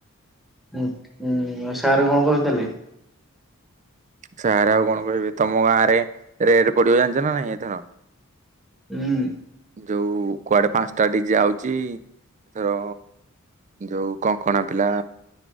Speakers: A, in the centre; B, on the right.
A: ଉଁ ଉଁ ଆ ସାର୍ କଣ କହୁଥିଲେ?
B: ସାର୍ ଆଉ କଣ କହିବେ ତମ ଗାଁ ରେ ରେଡ ପଡିବ ଜାଣିଛ ନା ନାଇଁ ଏଥର।
A: ହୁଁ।
B: ଯୋଉ କୁଆଡେ ପାଞ୍ଚଟା ଡି ଜେ ଆଉଚି ଏଥର। ଯୋଉ କଙ୍କଣା ପିଲା।